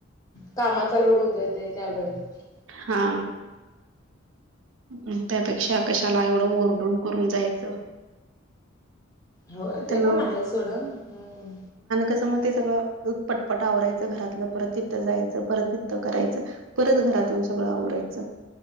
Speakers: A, on the left; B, on the right.
A: कामाचा लोड होतोय ते त्यावेेळेत.
B: हा. म त्यापेक्षा कशाला एवढं ओरडून करून जायाचं.
A: होय
B: त्यांना
A: ते पण आहे सोडं. हम्म.
B: कस म ते सगळं पटपट आवरायचं घरातलं परत तिथं जायचं परत त करायचं परत घरात येऊन सगळं आवरायचं.